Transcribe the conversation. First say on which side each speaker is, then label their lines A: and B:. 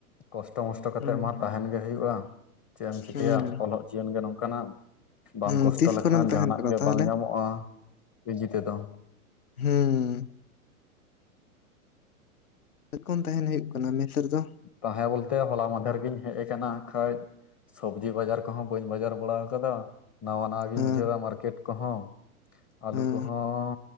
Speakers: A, on the left; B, on the left.
A: ᱠᱚᱥᱴᱚ ᱢᱚᱥᱴᱚ ᱠᱟᱛᱮᱫ
B: ᱦᱩᱸ
A: ᱢᱟ ᱛᱟᱦᱮᱱ ᱜᱮ ᱦᱩᱭᱩᱜ-ᱟ ᱪᱮᱫ ᱮᱢ ᱪᱤᱠᱟᱹᱭᱟ
B: ᱦᱩᱸ
A: ᱚᱞᱚᱜ ᱡᱤᱭᱚᱱ ᱜᱮ ᱱᱚᱝᱠᱟᱱᱟᱜ ᱵᱟᱢ
B: ᱦᱩᱸ
A: ᱠᱚᱥᱴᱚ
B: ᱛᱤᱥ
A: ᱞᱮᱠᱷᱟᱱ
B: ᱠᱷᱚᱱᱮᱢ ᱛᱟᱦᱮᱱ
A: ᱡᱟᱦᱟᱱᱟᱜ
B: ᱠᱟᱱᱟ
A: ᱜᱮ
B: ᱛᱟᱦᱚᱞᱮ
A: ᱵᱟᱝ ᱧᱟᱢᱚᱜ-ᱟ ᱤᱡᱤ ᱛᱮᱫᱚ᱾
B: ᱦᱩᱸ <unintelligible> ᱛᱟᱦᱮᱱ ᱦᱩᱭᱩᱜ ᱠᱟᱱᱟ ᱢᱮᱥ ᱨᱮ ᱫᱚ᱾
A: ᱛᱟᱦᱮᱸ ᱵᱚᱞᱛᱮ ᱦᱚᱞᱟ ᱢᱟᱦᱫᱷᱮᱨ ᱜᱤᱧ ᱦᱮᱡ ᱟᱠᱟᱱᱟ ᱠᱷᱟᱡ ᱥᱚᱵᱽᱡᱤ ᱵᱟᱡᱟᱨ ᱠᱚᱦᱚᱸ ᱵᱟᱹᱧ ᱵᱟᱡᱟᱨ ᱵᱟᱲᱟ ᱟᱠᱟᱫᱟ ᱱᱟᱣᱟ ᱱᱟᱣᱟ ᱜᱤᱧ
B: ᱦᱮᱸ
A: ᱵᱩᱡᱷᱟᱹᱣᱫᱟ ᱢᱟᱨᱠᱮᱴ ᱠᱚᱦᱚᱸ ᱟᱹᱞᱩ
B: ᱦᱮᱸ
A: ᱠᱚᱦᱚᱸ